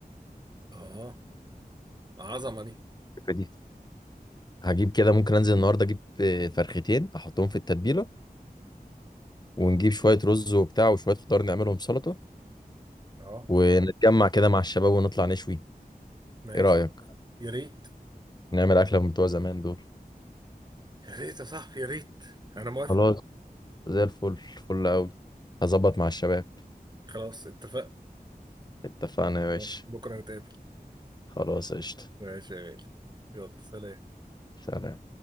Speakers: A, on the right (about 25°); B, on the left (about 25°).
A: اه عظمه دي
B: الفكره دي هجيب كده ممكن انزل النهارده اجيب آه، فرختين احطهم في التتبيله ونجيب شويه رز وبتاع وشويه خضار نعملهم سلطه
A: اه
B: ونتجمع كده مع الشباب ونطلع نشوي
A: ماشي
B: ايه رايك
A: يا ريت
B: نعمل اكله من بتوع زمان دول
A: يا ريت يا صاحبي يا ريت انا موافق
B: خلاص زي الفل فل قوي هظبط مع الشباب
A: خلاص اتفقنا
B: اتفقنا يا
A: خلاص
B: باشا
A: بكره نتقابل
B: خلاص قشطه
A: ماشي يا غالي يلا سلام
B: سلام